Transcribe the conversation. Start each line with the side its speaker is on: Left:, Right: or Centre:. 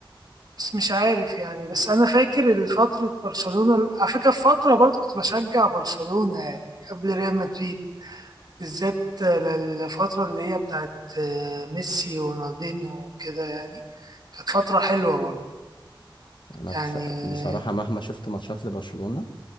Right: بس مش عارف يعني بس انا فاكر فتره برشلونه على فكره في فتره برضو كنت بشجع برشلونه يعني قبل ريال مدريد بالذات للفترة اللي هي بتاعت آه، ميسي ورونالدينيو وكده يعني كانت فترة حلوة برضه
Left: انا بص...
Right: يعني آه،
Left: بصراحة مهما شفت ماتشات لبرشلونة